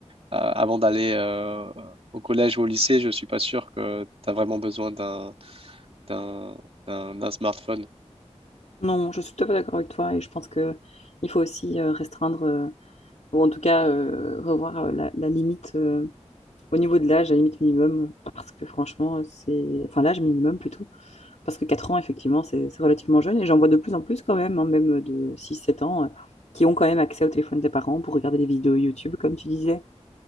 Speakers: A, on the right (about 55°); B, on the left (about 70°).
A: avant d'aller euh, au collège ou au lycée, je suis pas sûr que tu as vraiment besoin d'un, d'un, d'un, d'un smartphone.
B: Non, je suis tout à fait d'accord avec toi et je pense que il faut aussi euh, restreindre, euh, ou en tout cas euh, revoir euh, la, la limite euh, au niveau de l'âge, la limite minimum, parce que franchement, c'est... Enfin, l'âge minimum plutôt, parce que 4 ans, effectivement, c'est c'est relativement jeune et j'en vois de plus en plus quand même, hein, même euh, de six sept ans, euh, qui ont quand même accès au téléphone des parents pour regarder des vidéos YouTube, comme tu disais,